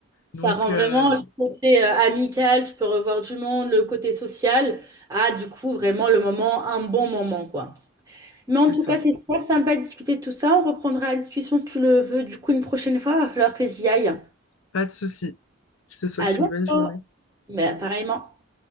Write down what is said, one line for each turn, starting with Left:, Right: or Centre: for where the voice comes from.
Left: Donc,
Right: Ça rend
Left: euh,
Right: vraiment le côté euh, amical, tu peux revoir du monde, le côté social, à du coup vraiment le moment, un bon moment, quoi. Mais
Left: c'est
Right: en tout
Left: ça.
Right: cas, c'est super sympa de discuter de tout ça. On reprendra la discussion si tu le veux. Du coup, une prochaine fois, il va falloir que j'y aille.
Left: Pas de souci. Je te souhaite
Right: À bientôt.
Left: une bonne journée.
Right: Mais pareillement.